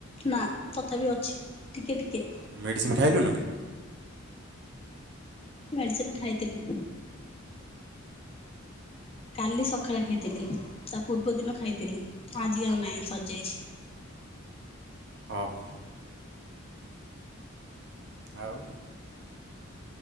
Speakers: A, on the left (about 30°); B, on the right (about 55°).
A: ନା ତଥାପି ଅଛି ଟିକେ ଟିକେ।
B: ମେଡ଼ିସିନ୍ ଖାଇଲୁନୁ କି?
A: ମେଡିସିନ୍ ଖାଇଥିଲି। କାଲି ସଖାଳେ ଖାଇଥିଲି ତା ପୂର୍ବ ଦିନ ଖାଇଥିଲି ଆଜି ଆଉ ନାହିଁ ସର୍ ଯାଇଛି।
B: ଓଃ ଆଉ?